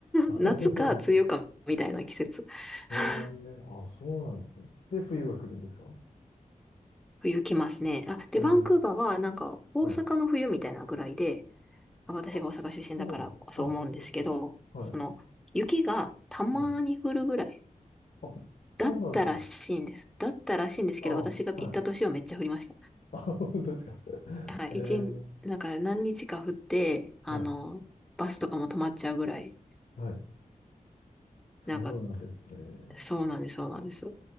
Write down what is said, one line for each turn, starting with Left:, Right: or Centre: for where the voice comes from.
Left: <laughs>
Centre: な。<laughs> 夏か、梅雨か、みたいな季節。<laughs>
Left: えー、あ、そうなんですね。で、冬が来るんですか
Centre: 冬来ますね。あ、で、
Left: えー、
Centre: バンクーバーはなんか大阪の冬みたいなぐらいで、
Left: はい。
Centre: あ私が大阪出身だからそう思うんですけど、
Left: あ、そうなんですね。あ、そうですか。はい。
Centre: その雪がたまに降るぐらい
Left: はいあ、そうなんですか。
Centre: だったらしいんです。だったらしいんですけど、
Left: あ、
Centre: 私が行った年はめっちゃ降りまし
Left: はい。あ、本当ですか。<laughs>
Centre: た。はい、
Left: えー、
Centre: 一日、なんか何日か降って、あの、
Left: はい。
Centre: バスとかも止まっちゃうぐらい。
Left: はい。そうなんですね。
Centre: なんか、そうなんです、そうなんです。